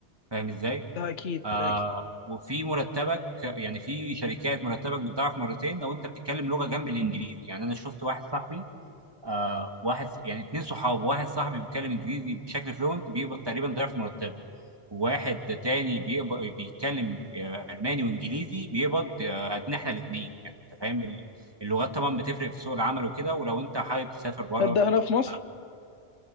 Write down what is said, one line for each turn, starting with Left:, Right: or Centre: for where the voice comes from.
Right: فاهم ازاي؟
Left: ده أكيد
Right: آه
Left: ده أكيد
Right: وفي مرتبك يعني في شركات مرتبك بيتضاعف مرتين لو انت بتتكلم لغه جنب الانجليزي يعني انا شفت واحد صاحبي آه واحد يعني اتنين صحاب واحد صاحبي بيتكلم انجليزي بشكل فلوينت بيقبض تقريبا ضعف مرتبه وواحد تاني بيقبض بيتكلم آه، الماني وانجليزي بيقبض آه، قدنا احنا الاثنين يعني انت فاهم ال- اللغات طبعا بتفرق في سوق العمل وكده ولو انت حابب تسافر بره
Left: هبدأ هنا في مصر
Right: آه،